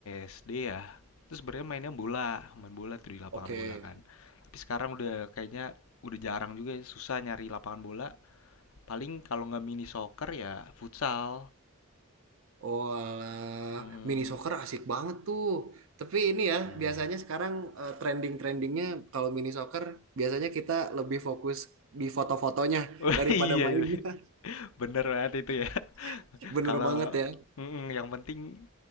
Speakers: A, on the left; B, on the right.
A: SD ya. Terus sebenarnya mainnya bola, main bola tuh di lapangan
B: Oke.
A: bola kan. Tapi sekarang udah kayaknya udah jarang juga ya, susah nyari lapangan bola. Paling kalau nggak mini soccer ya futsal.
B: Oh, alah.
A: Mm-mm.
B: mini soccer asik banget tuh. Tapi ini ya,
A: Iya.
B: biasanya sekarang eh, trending-trendingnya kalau mini soccer biasanya kita lebih fokus di foto-fotonya
A: <laughs> Wah,
B: daripada
A: iya
B: mainnya.
A: itu. bener banget itu ya.
B: <laughs> Bener
A: Kalau
B: banget ya.
A: mm-mm, yang penting